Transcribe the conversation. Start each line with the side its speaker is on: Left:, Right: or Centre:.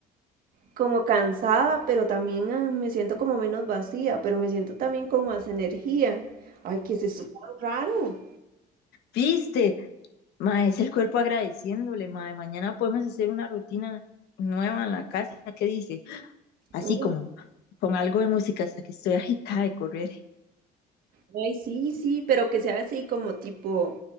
Right: como cansada, pero también ah, me siento como menos vacía, pero me siento también con más energía. Ay, ¿qué es esto tan raro?
Left: ¿Viste? Ma, es el cuerpo agradeciéndole, ma. Mañana podemos hacer una rutina nueva en la casa, ¿qué dice? Así
Right: Uy,
Left: como con algo de música hasta que estoy <laughs> agitada de correr.
Right: Ay, sí, sí, pero que sea así como tipo